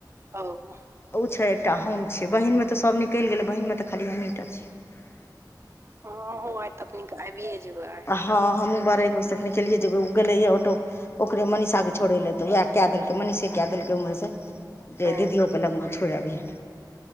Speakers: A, on the right (about 35°); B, on the left (about 35°).
A: हव
B: ऊ छै एकटा हम छी बहिन मे त सब निकलि गेले बहिन मे तऽ खाली हमहीटा छीय। <unintelligible>
A: हं हो आय तनिक आबियए जेबै आइ
B: हँ हमूँ बारह एक बजे तक निकलियै जेबै ओ गेलैय ऑटो ओकरे मनीषाके छोड़ै लए तऽ वैह कै देलकै मनीषे कै देलकै उमहरेसँ जे
A: ओ
B: दीदियो के लगमा छोड़ अभीये